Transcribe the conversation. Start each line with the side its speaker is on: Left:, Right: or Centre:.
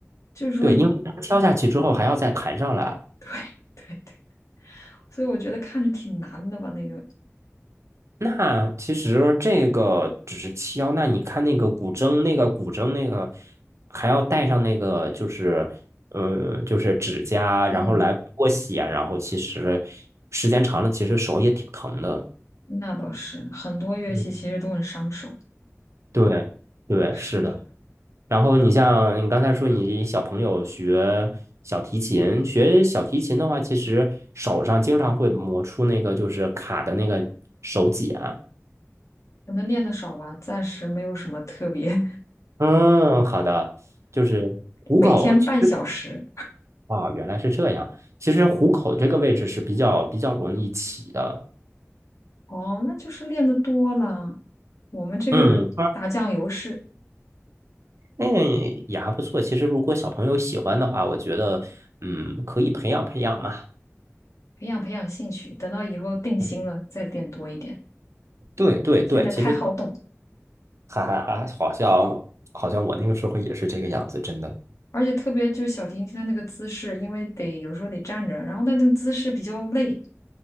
Left: 就是说，
Right: 对，因为它敲下去之后还要再弹上来。
Left: <laughs> 对对对，所以我觉得看着挺难的吧，那个，
Right: 那其实这个只是敲，那你看那个古筝，那个古筝那个还要带上那个就是呃就是指甲，
Left: 嗯，
Right: 然后来拨弦，然后其实时间长了，其实手也挺疼的。
Left: 那倒是，很多乐器其实都很伤手。
Right: 嗯对对，
Left: 是的，
Right: 是的。然后你像你刚才说，你小朋友学小提琴，学小提琴的话，其实手上经常会磨出那个就是卡的那个手茧。
Left: 可能练的少吧，暂时没有什么特别，<laughs>
Right: 嗯，好的，就是虎口，
Left: 每天半小时。
Right: 其实啊，原来是这样。其实虎口这个位置是比较比较容易起的。
Left: 哦，那就是练的多了。我们这个打酱油是
Right: 嗯，那也也还不错。其实如果小朋友喜欢的话，我觉得嗯，可以培养培养嘛。
Left: 培养培养兴趣，等到以后定心了再练多一点。
Right: 嗯对对对，
Left: 现在太好动，
Right: 其实。哈哈哈，好像好像我那个时候也是这个样子，真的。
Left: 而且特别就是小提琴它那个姿势，因为得有时候得站着，然后它那个姿势比较累，